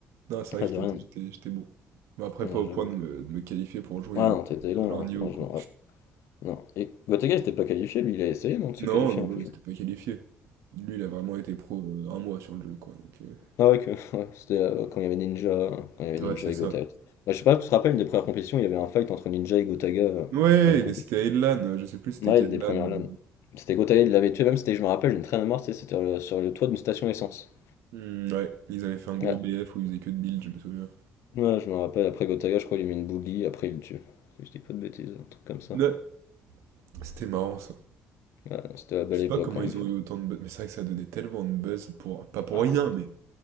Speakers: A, on the right; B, on the left.
A: Non, c'est vrai
B: Ah,
A: que
B: de
A: j'étais
B: rien.
A: j'étais- j'étais bon. Mais après,
B: Ouais,
A: pas au
B: j'avoue.
A: point de me, de me qualifier pour jouer
B: Ah
A: à,
B: non, t'étais long,
A: à leur niveau,
B: hein. Non,
A: quoi.
B: je me rappelle. Non. Et Gotaga, n'était pas qualifié, lui, il a essayé, non, de se
A: Non,
B: qualifier
A: non,
B: en
A: non,
B: plus.
A: il s'était pas qualifié. Lui, il a vraiment été pro euh, un mois sur le jeu, quoi. Donc, euh,
B: Ah ouais, que... <laughs> ouais, c'était euh, quand il y avait Ninja, euh, quand il y avait
A: Ouais,
B: Ninja
A: c'est
B: et
A: ça.
B: Gotaga. Ouais, je sais pas, tu te rappelles, une des premières compétitions, il y avait un fight entre Ninja et Gotaga euh,
A: Ouais,
B: à une compétition.
A: mais c'était à une LAN, euh, je sais plus c'était
B: Ouais,
A: quelle
B: une des
A: LAN.
B: premières
A: euh.
B: LAN. C'était Gotaga, il l'avait tué, même, c'était, je me rappelle, j'ai une très bonne mémoire, tu sais, c'était sur le, sur le toit d'une station essence.
A: Hmm, ouais, ils avaient fait un gros
B: Ouais.
A: BF où ils faisaient que de build, je me souviens.
B: Ouais, je me rappelle, après Gotaga, je crois, il lui met une bougie, après il le tue. Si je dis pas de bêtises, un truc comme ça.
A: Ouais, c'était marrant, ça.
B: Ouais, non, c'était la belle
A: Je sais
B: époque
A: pas comment
B: quand même.
A: ils ont eu autant de buzz, mais c'est vrai que ça donnait tellement de buzz pour... Pas pour
B: Ah,
A: rien,
B: ouais.
A: mais...